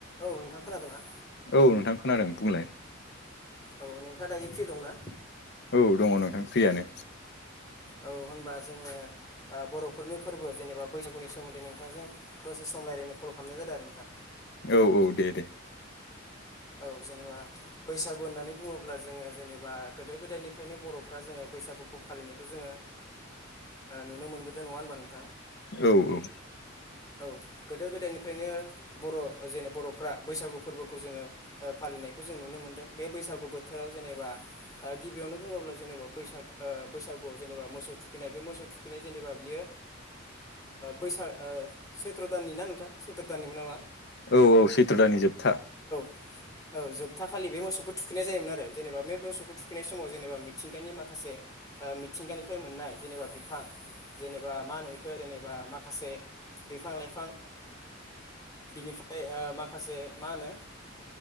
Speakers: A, on the left; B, on the left.
A: औ नोंथां खोनादों ना
B: औ नोंथां खोनादों बुंलाय
A: औ नोंथाङा दायो फ्रि दंना
B: औ दङ नोंथां फ्रियानो
A: औ होनबा जोङो बर'फोरनि फोरबो जेनेबा बैसागुनि सोमोन्दै नोंथांजों दसे सम रायलायनो कल खालामनाय जादों आरो नोंथां
B: औ औ दे दे
A: औ जेनेबा बैसागु होननानै बुङोब्ला जोङो जेनेबा गोदो गोदायनिफ्रायनो बर'फ्रा जोङो बैसागुखौ फालिनायखौ जोङो नुनो मोनबोदों नङा होनबा नोंथां
B: औ औ
A: औ गोदो गोदायनिफ्रायनो बर' जेन बर'फ्रा बैसागु फोरबोखौ जोङो फालि फालिनायखौ जों नुनो मोनदों बे बैसागु बोथोराव जेनेबा गिबियावनो बुङोब्ला जेनेबा बैसाग बैसागुआव जेनेबा मोसौ थुखैनाय बे मोसौ थुखैनाय जेनेबा बियो बैसाग सैथ्र' दाननि ना नोंथां सैथ्र दाननिमोन नामा
B: औ औ सैथ्र' दानि जोबथा
A: <inaudible> औ जोबथा खालि बे मोसौखौ थुखैनाय जायोमोन आरो जेनेबा बे मोसौखौ थुखैनाय समाव जेनेबा मिथिंगानि माखासे मिथिंगानिफ्राय मोननाय जेनेबा बिफां जेनेबा मा होनो बेखो जेनेबा माखासे बिफां लाइफां बिनिफ्राय माखासे मा होनो